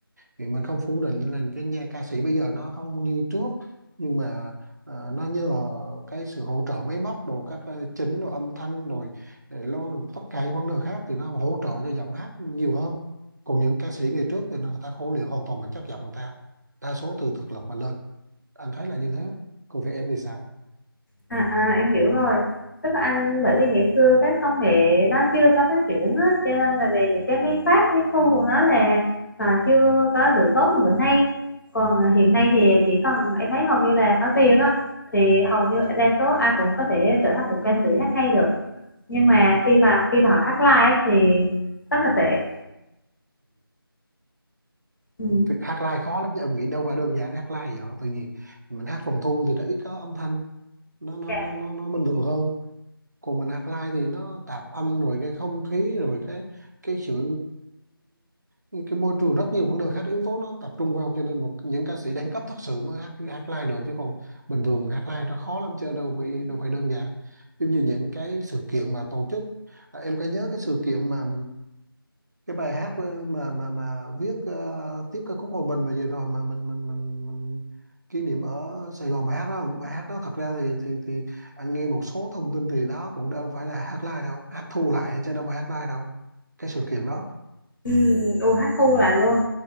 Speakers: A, on the right; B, on the left.
A: thì mình không phủ định là cái nhà ca sĩ bây giờ nó không như trước nhưng mà ờ, nó nhờ cái sự hỗ trợ máy móc đồ các ờ, chỉnh đồ âm thanh rồi để lo được tất cả những vấn đề khác thì nó hỗ trợ cho giọng hát nhiều hơn còn những ca sĩ ngày trước thì người ta khổ luyện hoàn toàn bằng chất giọng người ta đa số từ thực lực mà lên anh thấy là như thế còn về em thì sao
B: À, à em hiểu rồi tức là anh bởi vì ngày xưa các công nghệ nó chưa có phát triển á, cho nên là về những cái máy phát máy thu của nó là à, chưa
A: Ừ.
B: có được tốt như bữa nay còn à, hiện nay thì chỉ cần em thấy hầu như là có tiền á thì hầu như đa số ai cũng có thể trở thành một ca sĩ hát hay được nhưng mà
A: Ừ.
B: khi mà khi mà họ hát live ấy, thì rất là tệ ừ.
A: Ừ. Thì hát live khó lắm chứ em nghĩ đâu phải đơn giản hát live vậy tự nhiên mình hát phòng thu thì nó ít có âm thanh nó nó
B: Dạ.
A: nó nó, nó bình thường hơn còn mình alkaline thì nó tạp âm rồi cái không khí rồi cái cái sự cái môi trường rất nhiều vấn đề khác yếu tố nó tập trung vào cho nên một những ca sĩ đẳng cấp thật sự mới hát hát live được chứ còn bình thường hát live nó khó lắm chứ đâu phải đâu phải đơn giản giống như những cái sự kiện mà tổ chức à, em có nhớ cái sự kiện mà cái bài hát ờ, mà mà mà viết ờ, tiếp ca khúc Hòa Bình mà vừa rồi mà mình mình mình mình kỷ niệm ở Sài Gòn bài hát đó bài hát đó thật ra thì thì thì anh nghe một số thông tin thì đó cũng đâu phải là hát live đâu hát thu lại chứ đâu phải hát live đâu cái sự kiện đó
B: ừ, u hát khu lại luôn